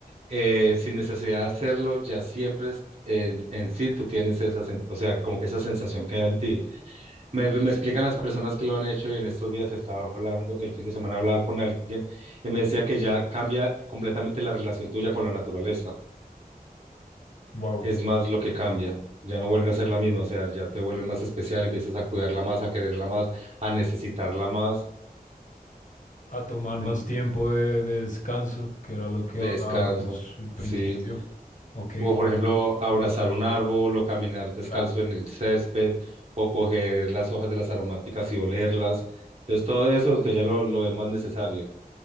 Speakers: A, on the right; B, on the left.
A: eh, sin necesidad de hacerlo, ya siempre es- en, en sí tú tienes esa, sen- o sea, como que esa sensación queda en ti. Me, me explican las personas que lo han hecho y en estos días estaba hablando, el fin de semana hablaba con alguien y me decía que ya cambia completamente la relación tuya con la naturaleza.
B: Wow.
A: Es más lo que cambia, ya no vuelve a ser la misma, o sea, ya te vuelve más especial, empiezas a cuidarla más, a quererla más, a necesitarla más
B: A tomar más
A: en-
B: tiempo de, de descanso, que era lo que
A: de
B: hablábamos
A: descanso.
B: al principio.
A: Sí,
B: Ok,
A: O por ejemplo, abrazar un árbol o caminar descalzo
B: claro.
A: en el césped o coger las hojas de las aromáticas y olerlas. Entonces, todo eso usted ya lo, lo ve más necesario.